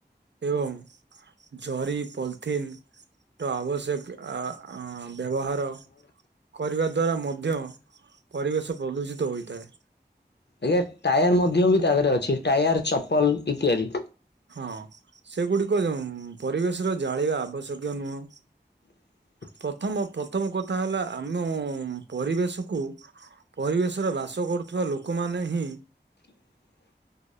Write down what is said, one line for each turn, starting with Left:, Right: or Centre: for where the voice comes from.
Right: ବଂ ଜରି ପଲଥିନ୍ ଟ ଆବଶ୍ୟକ ଅ ବ୍ୟବହାର କରିବା। ଦ୍ୱାରା ମଧ୍ୟ ପରିବେଶ ପ୍ରଦୂଷିତ ହୋଇଥାଏ।
Left: ଆଜ୍ଞା ଟାୟାର ମଧ୍ୟ ବି ତା ଧେରେ ଅଛି ଟାୟାର ଚପଲ ଇତ୍ୟାଦି।
Right: ହଁ ସେଗୁଡିକ ପରିବେଶର ଜାଳିବା ଆବଶ୍ୟକୀୟ ନୁହଁ
Left: <inaudible>
Right: ପ୍ରଥମ ପ୍ରଥମ କଥା ହେଲା ଆମ ପରିବେଶକୁ ପରିବେଶରେ ବାସ କ କରୁଥିବା ଲୋକମାନେ ହିଁ
Left: <inaudible>